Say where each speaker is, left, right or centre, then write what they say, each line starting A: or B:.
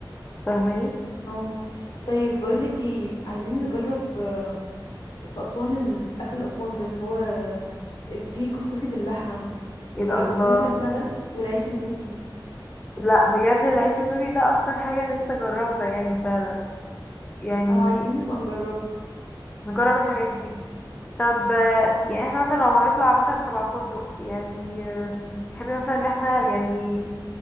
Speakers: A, on the left; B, on the left.
A: فاهماني
B: اه طيب بقولك ايه عايزين نجرب آم، في أسوان الأكل الأسواني ده اللي هو فيه كسكسي باللحمة
A: ايه
B: جر...
A: ده الله
B: سمعتي عن البتاع ده والعيش النوبي
A: لا بجد العيش النوبي ده أكتر حاجة نفسي أجربها يعني فعلا يعني
B: او عايزين نبقى نجربه
A: نجرب الحاجات دي طب آه، يعني احنا مثلا لو هنطلع مثلا تبع فندق يعني آم، تحبي مثلا ان احنا يعني